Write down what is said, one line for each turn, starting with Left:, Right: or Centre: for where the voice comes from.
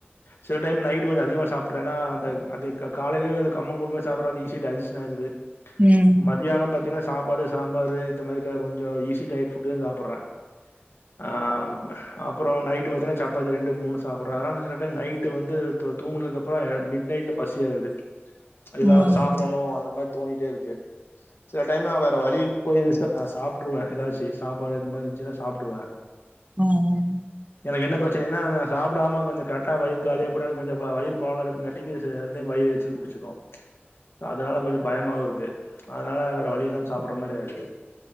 Left: சில டைம் நைட்டு் கொஞ்ச அதிகமா சாப்பிடுறே ஏன்னா அந்த அந்த காலையிலயு அந்த கம்மம் குழும சப்புறோ ஈஸியா டஜஸ்ஸன் ஆகுது
Right: ம்
Left: மதியான பாத்தீங்ன்னா சாப்பாடு சாம்பாரு இந்த மாரி கொஞ்ச ஈஸி டயட் ஃபுட்டு் தா சாப்பிட்றே ஆம் அப்புற நைட்டு பாத்தீங்கன்னா சப்பாத்தி ரெண்டு மூணு சாப்பிட்றே அதனால சில டைம் நைட்டு வந்து தூ தூங்குனதுக்கப்புற அ மிட் நைட்ல பசி ஆகுது ஏதாவது
Right: ம்
Left: சாப்பிடணும் அந்த மாரி தோங்கிட்டே இருக்கு சில டைம்லா வேற வழியி <inaudible> போய் சாப்ட்டுருவே ஏதாச்சு சாப்பாடு இந்த மாரி இருந்துச்சுன்னா சாப்ட்டுருவே
Right: ம் ம்
Left: எனக்கு என்ன பிரச்சனைனா சாப்பிடாம கொஞ்ச கர அ வயிறு காலியா போட்டா எனக் கொஞ்சோ வ வயிறு பால இருக்ங்காட்டிக்கு ச ரெண்டியு வயிற் எரிச்சல் புடிச்சுக்கு ச அதனால கொஞ்சோ பயமாவு இருக்கு அதனால வேற வழி இல்லாம் சாப்பற மாரி ஆயிடுது